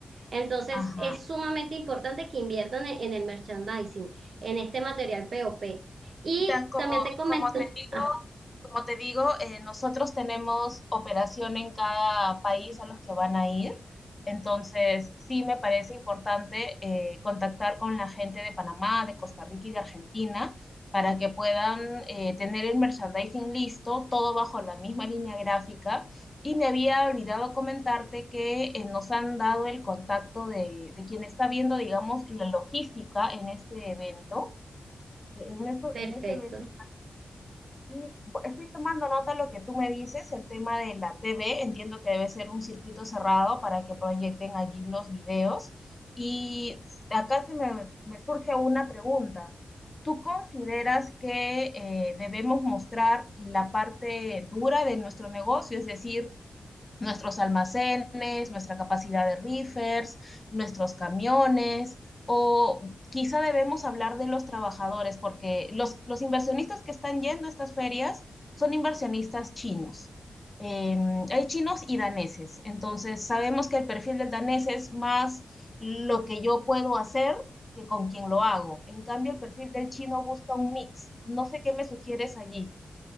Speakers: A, on the right; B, on the left.
A: Entonces,
B: Ajá.
A: es sumamente importante que inviertan en, en el merchandising, en este material POP. Y
B: Mira, como,
A: también te comento,
B: como te digo,
A: ah,
B: como te digo, eh, nosotros tenemos operación en cada país a los que van a ir. Entonces, sí me parece importante eh, contactar con la gente de Panamá, de Costa Rica y de Argentina para que puedan eh, tener el merchandising listo, todo bajo la misma línea gráfica. Y me había olvidado comentarte que eh, nos han dado el contacto de, de quien está viendo, digamos, la logística en este evento. en esto,
A: perfecto.
B: en este evento. Y estoy tomando nota de lo que tú me dices, el tema de la TV, entiendo que debe ser un circuito cerrado para que proyecten allí los videos. Y acá se me, me surge una pregunta. ¿Tú consideras que eh, debemos mostrar la parte dura de nuestro negocio, es decir, nuestros almacenes, nuestra capacidad de reefers, nuestros camiones, o quizá debemos hablar de los trabajadores, porque los, los inversionistas que están yendo a estas ferias son inversionistas chinos. Eh, hay chinos y daneses, entonces sabemos que el perfil del danés es más lo que yo puedo hacer que con quien lo hago. En cambio, el perfil del chino busca un mix. No sé qué me sugieres allí.